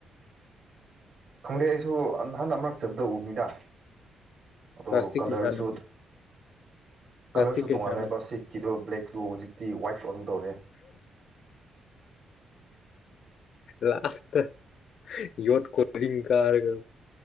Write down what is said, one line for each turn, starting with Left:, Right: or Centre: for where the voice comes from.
Right: ꯈꯪꯗꯦ ꯑꯩꯁꯨ ꯅꯍꯥꯟ ꯑꯃꯔꯛ ꯆꯠꯄꯗ ꯎꯕꯅꯤꯗ꯫ ꯑꯗꯣ
Left: ꯄ꯭ꯂꯥꯁꯇꯤꯛ
Right: ꯀꯂꯔꯁꯨ
Left: ꯀꯩꯀꯥꯅ ꯄ꯭ꯂꯥꯁꯇꯤꯛ
Right: ꯀꯂꯔꯁꯨ
Left: ꯀꯩꯀꯥꯅ
Right: ꯇꯣꯡꯉꯥꯜꯂꯦꯕ ꯁꯤꯠꯀꯤꯗꯣ ꯕ꯭ꯂꯦꯛ꯫ ꯗꯣ ꯍꯧꯖꯤꯛꯇꯤ ꯋꯥꯏꯠ ꯑꯣꯟꯒꯗꯧꯔꯦ
Left: ꯂꯥꯁꯇ ꯌꯣꯠ ꯀꯣꯂꯤꯡ꯫ ꯀꯥꯔꯒ